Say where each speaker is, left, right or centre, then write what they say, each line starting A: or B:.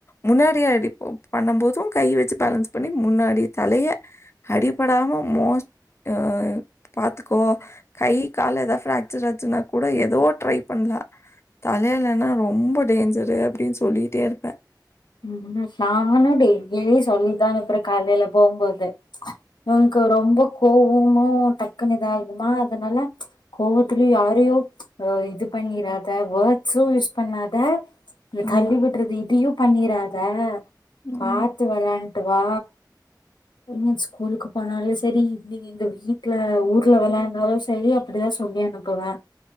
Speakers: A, on the left; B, on the left.
A: முன்னாடி அடி <unintelligible> பண்ணு போது கை வச்சு பேலன்ஸ் பண்ணி முன்னாடி தலைய அடிப்படாம மோஸ்ட் ஆ, பாத்துக்கோ கை கால்ல எதாது பிராக்சர் ஆச்சுன்னா கூட எதோ ட்ரை பண்லா. தலைலன்னா ரொம்ப டேஞ்சரு அப்டின்னு சொல்லிட்டே இருப்பே.
B: உம் <inaudible> நானு டெய்லி சொல்லிதா அனுப்புறே, காலையில போம்போது இவன்க்கு ரொம்ப கோவமு டக்குன்னு இதாகுமா அதனால மச், கோவத்துலயு யாரையு அ, இது பண்ணிறாத வேர்ட்ஸு யூஸ் பண்ணாத. இத
A: ஆமா,
B: தள்ளி விடுறது இதியு. பண்ணிராத
A: ஆமா.
B: பாத்து வரே ட்டு வா ம் ஸ்கூலுக்கு போனாலு செரி இன்னிக்கு எங்க வீட்ல ஊர்ல வெளாண்டாலு செரி அப்படிதா சொல்லி அனுப்புவே.